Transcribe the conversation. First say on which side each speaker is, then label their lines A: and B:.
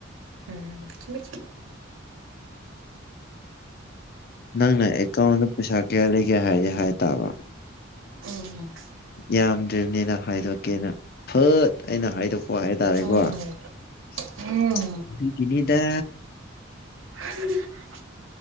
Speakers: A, on the right; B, on the left.
A: ꯎꯝ ꯊꯨꯝꯃꯦ ꯆꯨꯝ
B: ꯅꯪꯅ ꯑꯦꯀꯥꯎꯟꯗ ꯄꯩꯁꯥ ꯀꯌꯥ ꯂꯩꯒꯦ ꯍꯥꯏꯔꯗꯤ ꯍꯥꯏ ꯇꯥꯕ
A: ꯎꯝꯍꯨꯝ
B: ꯌꯥꯝꯗ꯭ꯔꯕꯅꯤꯅ ꯍꯥꯏꯗꯣꯛꯀꯦꯅ ꯐꯠ ꯑꯩꯅ ꯍꯥꯏꯗꯣꯛꯄ ꯍꯥꯏꯇꯥꯔꯦꯀꯣ
A: ꯎꯝ
B: ꯑꯗꯨꯒꯤꯅꯤꯗ
A: ꯎꯝ <unintelligible>